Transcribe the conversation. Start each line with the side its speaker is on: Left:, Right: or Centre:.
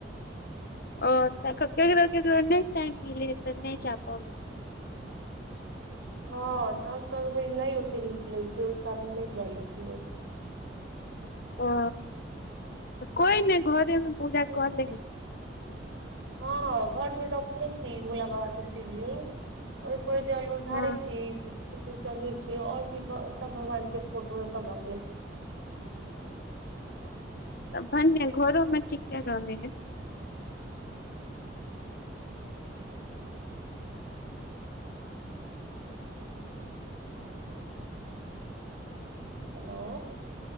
Left: ह तऽ ककरो ककरो नहि टाइम मिले तऽ नहि जा प
Right: हँ तऽ हमसभ नहि ओते निकलै छियै ओहि कारण नहि जाइ छियै
Left: ओ कोई नहि घरेमे पूजा
Right: पूज
Left: कऽ लिहन
Right: हँ घर मे रखने छी भोला बा के शिवलिंग ओहि पर जल उल ढारै
Left: हँ
Right: छी चढ़बै छियै आओर भी सभ भगवानके फोटो सब रखने
Left: तऽ भन्ने घरोमे ठीके रहै है
Right: हेलो